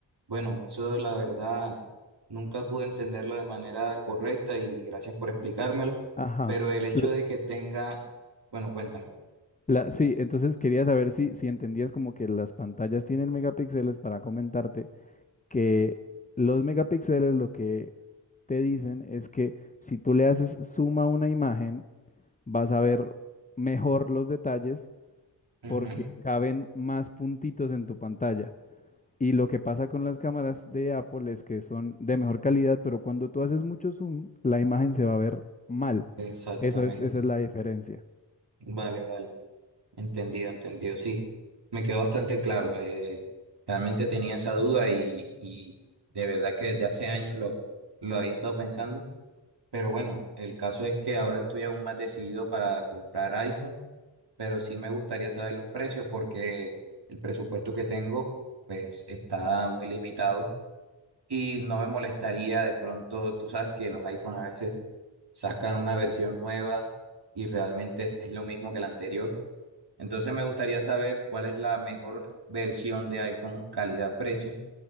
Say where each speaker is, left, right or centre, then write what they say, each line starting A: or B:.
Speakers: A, on the right; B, on the left.
A: bueno, eso la verdad nunca pude entenderlo de manera correcta y gracias por explicármelo,
B: Ajá.
A: pero el hecho
B: L-
A: de que tenga, bueno, cuéntame.
B: la- sí, entonces quería saber si, si entendías como que las pantallas tienen megapíxeles para comentarte que los megapíxeles lo que te dicen es que si tú le haces suma a una imagen, vas a ver mejor los detalles
A: Ujú,
B: porque caben más puntitos en tu pantalla. Y lo que pasa con las cámaras de Apple es que son de mejor calidad, pero cuando tú haces mucho zoom, la imagen se va a ver mal.
A: Exactamente.
B: Eso es, esa es la diferencia.
A: Vale, vale. Entendido, entendido. Sí, me quedó bastante claro. eh, realmente tenía esa duda y, y de verdad que desde hace años lo, lo había estado pensando. Pero bueno, el caso es que ahora estoy aún más decidido para comprar iPhone, pero sí me gustaría saber los precios porque el presupuesto que tengo pues está muy limitado Y no me molestaría de pronto, tú sabes que los iPhone a veces sacan una versión nueva y realmente es, es lo mismo que la anterior. Entonces me gustaría saber cuál es la mejor versión de iPhone calidad-precio,